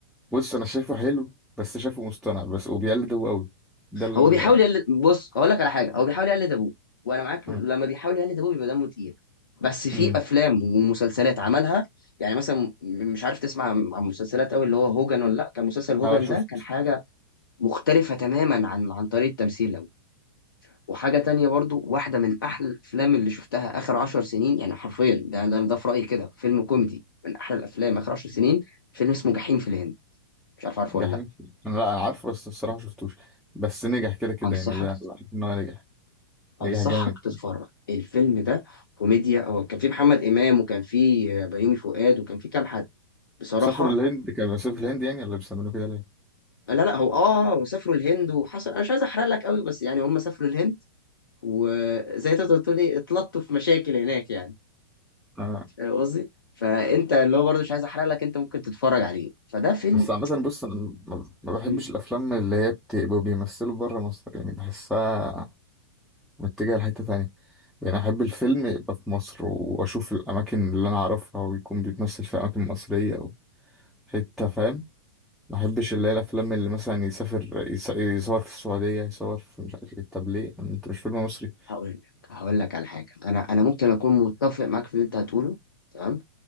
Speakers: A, in the centre; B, on the left.
A: بص انا شايفه حلو بس شايفه مصطنع بس وبيقلد هو قوي ده ال
B: هو بيحاول يقلد بص هقول لك على حاجه هو بيحاول يقلد ابوه وانا معاك لما
A: اه,
B: بيحاول يقلد ابوه بيبقى دمه تقيل بس في
A: مم.
B: افلام ومسلسلات عملها يعني مثلا م- مش عارف تسمع عن عن مسلسلات قوي اللي هو هوجن ولا لا كان مسلسل هوجن
A: آه شفت
B: ده كان حاجه مختلفه تماما عن عن طريقه تمثيل ابوه وحاجه تانية برضو واحده من احلى الافلام اللي شفتها اخر عشر سنين يعني حرفيا ده ده, ده في رايي كده فيلم كوميدي من احلى الافلام اخر عشر سنين فيلم اسمه جحيم في الهند مش عارف عارفه
A: جحيم
B: ولا لا
A: انا لا انا عارفه بس الصراحه شفتوش بس نجح كده كده
B: انصحك
A: يعني ده لا، عارف ان هو نجح نجح
B: انصحك
A: جامد
B: تتفرج الفيلم ده كوميديا هو كان فيه محمد امام وكان فيه بيومي فؤاد وكان فيه كام حد بصراحه
A: سافروا الهند كانوا بيسافروا في الهند يعني ولا بيسمينه كده ليه؟
B: لا لا هو اه هو سافروا الهند وحصل انا مش عايز احرق لك قوي بس يعني هم سافروا الهند وزي تقدر تقول ايه اتلطوا في مشاكل هناك يعني
A: آه.
B: فاهم قصدي فانت اللي هو برضه مش عايز احرق لك انت ممكن تتفرج عليه فده فيلم
A: بس عامة بص أنا ما ما بحبش
B: مم.
A: الأفلام اللي هي بتبقوا بيمثلوا بره مصر يعني بحسها متجهة لحتة تانية يعني أحب الفيلم يبقى في مصر وأشوف الأماكن اللي أنا أعرفها ويكون بيتمثل في أماكن مصرية أو حتة فاهم ما أحبش اللي هي الأفلام اللي مثلا يسافر يص- يصور في السعودية يصور في مش عارف إيه طب ليه أنت مش فيلم مصري
B: هقول لك هقول لك على حاجه انا انا ممكن اكون متفق معاك في اللي انت هتقوله تمام